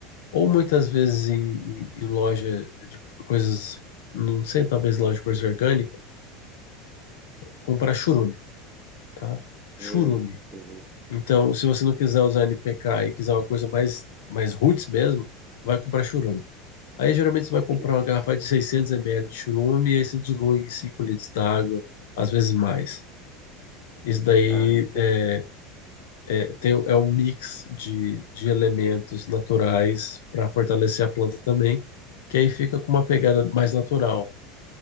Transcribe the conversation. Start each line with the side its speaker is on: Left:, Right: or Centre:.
Left: ou muitas vezes em, em- em loja de coisas, não sei, talvez loja de coisa orgânica, comprar churume, tá? Churume.
Right: Hum, uhum,
Left: Então, se você não quiser usar NPK e quiser uma coisa mais, mais roots mesmo, vai comprar churume. Aí, geralmente, você
Right: ok.
Left: vai comprar uma garrafa de 600 ml de churume e aí você dilui em 5 litros d'água, às vezes mais. Isso daí
Right: Ah, entendi.
Left: é, é, tem, é um mix de, de elementos naturais para fortalecer a planta também, que aí fica com uma pegada mais natural.